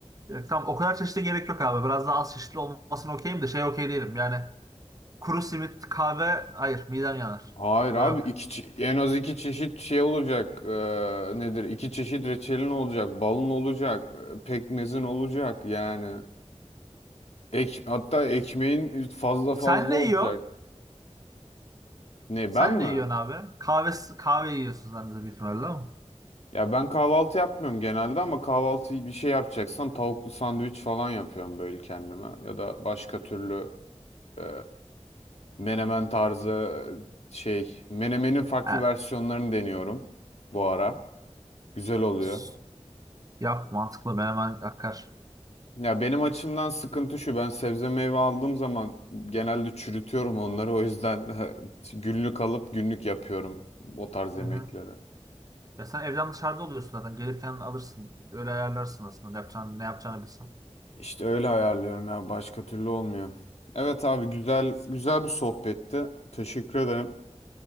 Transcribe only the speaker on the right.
E, Tamam o kadar çeşitli gerek yok abi. Biraz daha az çeşitli olmasına okeyim de şey okey değilim. Yani kuru simit, kahve hayır midem yanar.
O
yok.
Sen
ne
yiyorsun?
Sen
ne yiyorsun abi? Kahve, kahve yiyorsun sen de büyük ihtimalle ama.
He.
S- Yap mantıklı ben hemen akar.
Hı
hı. Ya sen evden dışarıda oluyorsun zaten. Gelirken alırsın. Öyle ayarlarsın aslında. Yapacağın, ne yapacağını bilsen.